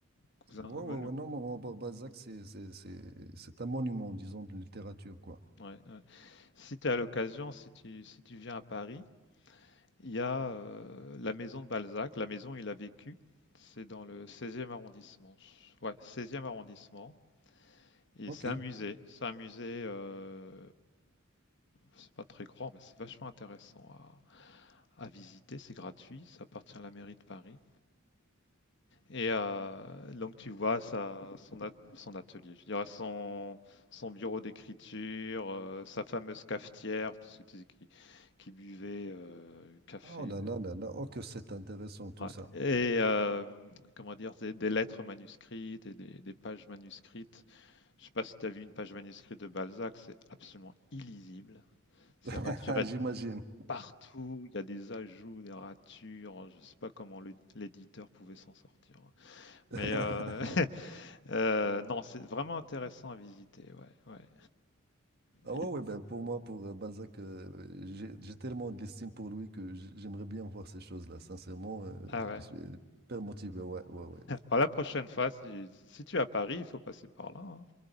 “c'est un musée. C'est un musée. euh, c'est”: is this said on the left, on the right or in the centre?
Left